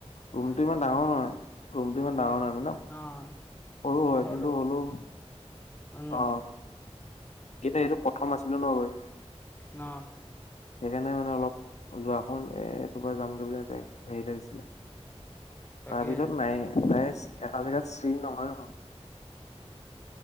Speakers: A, on the left; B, on the left.
A: ৰুমটো
B: অঁ এবছৰে
A: ইমান ডাঙৰ নহয় ৰুমটো ইমান
B: অঁ
A: ডাঙৰ
B: সেই
A: নহয় মানে।
B: অঁ
A: সৰু হয়
B: ঘৰটো।
A: কিন্তু হ'লেও
B: উম
A: অ কিন্তু এইটো প্ৰথম আছিলো ন গৈ।
B: ন।
A: সেইকাৰণে মানে অলপ যোৱাখন এ এইটোপ যামগৈ বুলিতে হেৰি ল গৈছিলে।
B: তাকে
A: তাৰ পিছত নাই নাইচ এটাই এটা জেগাত শ্ৰী নহয় হ।